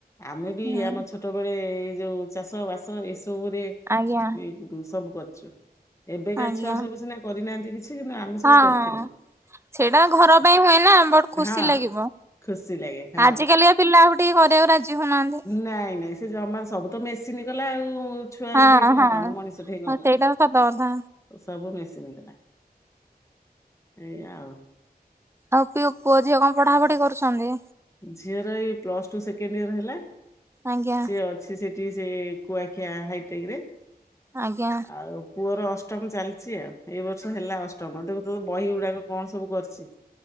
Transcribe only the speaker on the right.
ହୁଁ
ଆଜ୍ଞା
ଆଜ୍ଞା
ହଁ।
ସେଇଟା ଘର ପାଇଁ ହୁଏ ନା ବଟ ଖୁସି
ଲାଗିବ
ଆଜିକାଲିକା ପିଲା ଗୋ ଟି ହରେଇବାକୁ ରାଜି ହଉନାହାନ୍ତି।
ହଁ
ହଁ।
ହଁ ସେଇଟା
ସତ କଥା
ଆଉ ପିଅ ପୁଅ ଝିଅ କଣ ପଢାପଢି କରୁଛନ୍ତି?
ଆଜ୍ଞା
ଆଜ୍ଞା